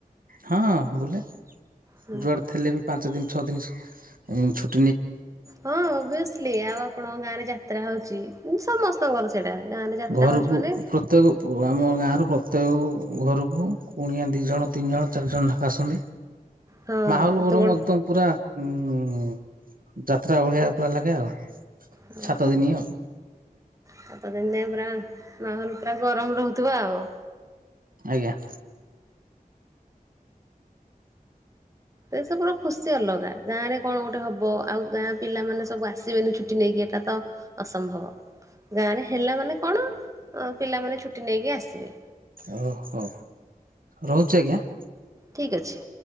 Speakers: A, on the right (about 70°); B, on the right (about 20°).
A: ହଁ ବୁଲେ ଯୁଆଡ଼େ
B: ହୁଁ।
A: ଥିଲେ ବି ପାଞ୍ଚ ଦିନ ଛଅ ଦିନ ସ ଉଁ ଛୁ
B: ହଁ ଅଭିଅସଲି ଆଉ ଆପଣଙ୍କ ଗାଁ ରେ ଯାତ୍ରା ହଉଛି ସମସ୍ତଙ୍କର ସେଇଟା ଗାଁରେ ଯାତ୍ରା
A: ଘରକୁ
B: ହଉଛି ମାନେ
A: ପ୍ରତ୍ୟେକ ଆମ ଗାଁ ର ପ୍ର ପ୍ରତେକ ଘରକୁ କୁଣିଆ ଦିଇ ଜଣ ତିନି ଜଣ ଚାରି ଜଣ ଲଖା ଆସନ୍ତି।
B: ହଁ
A: ମାହୋଲ
B: ଏତେ
A: ଗରମ
B: ବଡ
A: ଏକଦମ ପୁରା। ହୁଁ ହୁଁ ଯାତ୍ରା ଭଳିଆ ପୁରା ଲାଗେ ଆଉ।
B: ଓହଁ
A: ସାତ ଦିନ ଆଉ
B: ସାତ ଦିନ ଯାଏଁ। ପରା ମାହଲ ପୁରା ଗରମ ରହୁଥିବ ଆଉ।
A: ଆଜ୍ଞା।
B: ଏସବୁର ଖୁସି ଅଲଗା ଗାଁରେ କଣ ଗୋଟେ ହବ ଆଉ ଗାଁ ପିଲାମାନେ ସବୁ ଆସିବେନି ଛୁଟି ନେଇକି ଏଇଟା ତ ଅସମ୍ଭବ। ଗାଁ ରେ ହେଲା ମାନେ କଣ ପିଲାମାନେ ଛୁଟି ନେଇକି ଆସିବେ।
A: ଓହୋ ରହୁଛି ଆଜ୍ଞା।
B: ଠିକ୍ ଅଛି।